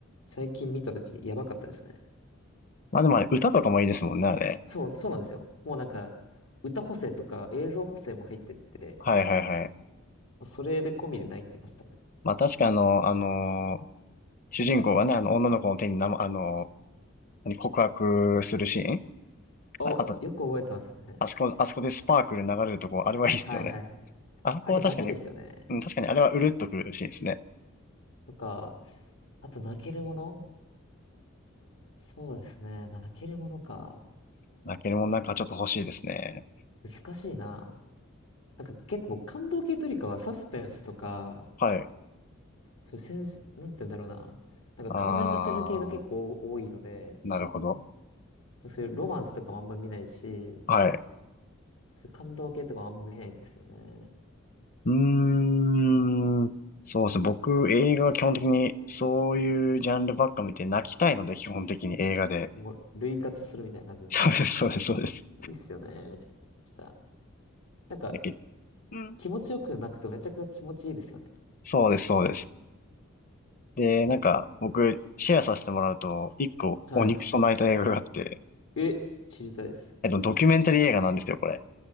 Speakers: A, on the left; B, on the left.
A: 最近見た時にやばかったですね。
B: まあでもあれ、歌とかもいいですもんね、あれ。
A: そう、そうなんですよ。もうなんか、歌補正とか映像補正も入ってて、
B: はいはいはい。
A: もうそれで込みで泣いてましたね。
B: まあ確かあの、あのー主人公がね、あの、女の子の手になま、あの、何告白するシーン
A: お、
B: ああと
A: よく覚えてますね。
B: あそこ、あそこでスパークル流れるとこ、あれはいいですよね。
A: はいはいはい。
B: あそこは確かに、
A: あれダメですよね。
B: うん、確かにあれはうるっとくるシーンですね。
A: とか、あと泣けるものそうですね。泣けるものか。
B: 泣けるもんなんかちょっと欲しいですね。
A: 難しいな。なんか結構感動系というよりかはサスペンスとか、
B: はい。
A: そういうセンス、なんて言うんだろうな。なんか考えさせる系が結構多いので、
B: あー、なるほど。
A: そういうロマンスとかもあんまり見ないし、
B: はい。
A: そういう感動系とかもあんまり見ないんですよね。
B: うーん。そうですね。僕、映画は基本的にそういうジャンルばっか見て泣きたいので、基本的に映画で。
A: もう類活するみたいな感じですね。
B: そうです、そうです、そうです。
A: いいっすよね。めちゃくちゃ。なんか
B: だけうん。
A: 気持ちよく泣くとめちゃくちゃ気持ちいいですよね。
B: そうです、そうです。で、なんか、僕、シェアさせてもらうと、一個、
A: はい。
B: お肉ソ泣いた映画があって、
A: え、知りたいです。
B: えっと、ドキュメンタリー映画なんですよ、これ。